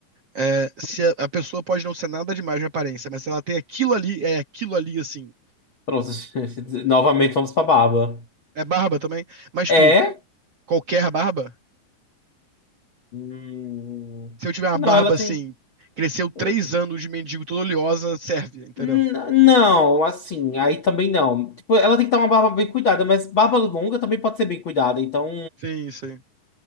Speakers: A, on the right; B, on the left.
A: é, se a, a pessoa pode não ser nada demais na aparência, mas se ela tem aquilo ali, é aquilo ali, assim.
B: Pronto, <laughs> novamente vamos pra barba.
A: É barba também, mas, tipo,
B: É?
A: qualquer barba.
B: Hum,
A: se eu tiver uma
B: não,
A: barba
B: ela
A: assim,
B: tem.
A: cresceu três
B: eh,
A: anos de mendigo toda oleosa, serve, entendeu?
B: N- Não, assim, aí também não. Tipo, ela tem que estar uma barba bem cuidada, mas barba longa também pode ser bem cuidada. Então,
A: Sim, sim.